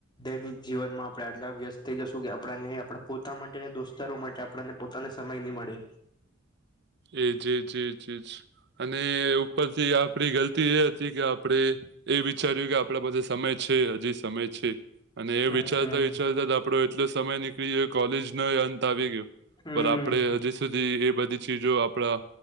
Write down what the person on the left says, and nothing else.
દૈનિક જીવનમાં આપણે આટલા વ્યસ્ત થઈ જશું કે આપ આપ પોતા માટે દોસ્તારો માટે આપણને પોતાને સમય નહી મળે
હમ
હમ